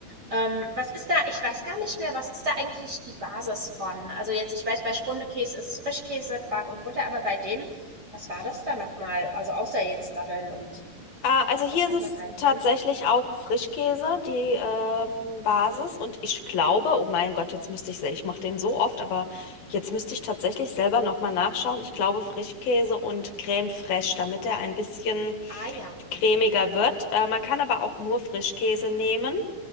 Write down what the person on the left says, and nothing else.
Ah, also
hier
ist
es
tatsächlich auch Frischkäse, die ähm, Basis. Und ich glaube, oh mein Gott, jetzt müsste ich, se- ich mache den so oft, aber jetzt müsste ich tatsächlich selber nochmal nachschauen. Ich glaube Frischkäse und Creme fraiche, damit er ein bisschen
cremiger wird. Äh, man kann aber auch nur Frischkäse nehmen.